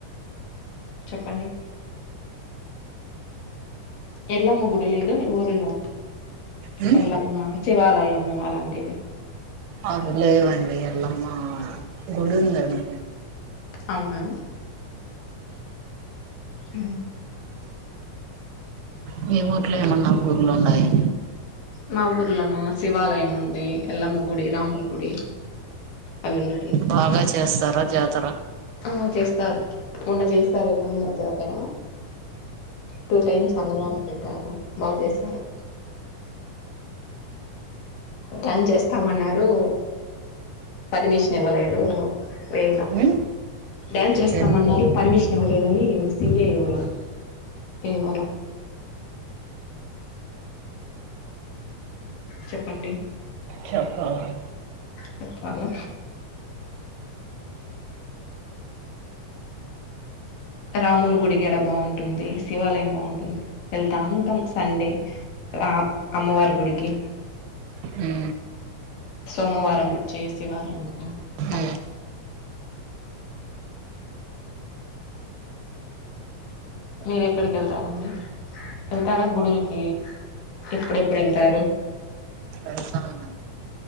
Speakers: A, on the left (about 80°); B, on the right (about 80°).
A: చెప్పండి ఎల్లమ్మ గుడి లేదు మీ ఊర్లో
B: మ్మ్
A: ఎల్లమ్మ శివాలయము అలాంటివి
B: అవి లేవండి ఎల్లమ్మ గుడి ఉందండి
A: అవునా హా
B: మీ ఊర్లో ఏమన్నా గుళ్ళు ఉన్నాయా
A: మా ఊర్లోన శివాలయం ఉంది ఎల్లమ్మ గుడి రాముల గుడి అవి ఉన్నాయి
B: బాగా చేస్తారా జాతర
A: ఆ చేస్తారు మొన్న చేసారు ఎళ్ళమ్మ జాతర టూ టైమ్స్ అన్నదానం పెట్టారు బాగా చేసారు డాన్స్ చేస్తామన్నారు పరిమిషన్ ఇవ్వలేదు వేయలా
B: ఉమ్
A: డ్యాన్స్ చేస్తామన్నారు
B: తెల్
A: పర్మిషన్ ఇవ్వలేదని సిఏ ఎవరో
B: అవును
A: ఇవ్వలా చెప్పండి
B: చెప్పాలా
A: చెప్పాలా రాముల గుడిగడ బాగుంటుంది శివాలయం బాగుంటుంది వెళ్తా ఉంటాం సండే రామ్ అమ్మవారి గుడికి
B: ఉ
A: సోమవారం చేసే వాళ్ళము అలా
B: ఉమ్
A: మీరు ఎక్కడికి ఎళ్తారండి ఎళ్తారా గుడిలకి ఎప్పుడు ఎప్పుడు ఎళ్ళ్తారు
B: ఎల్తాన్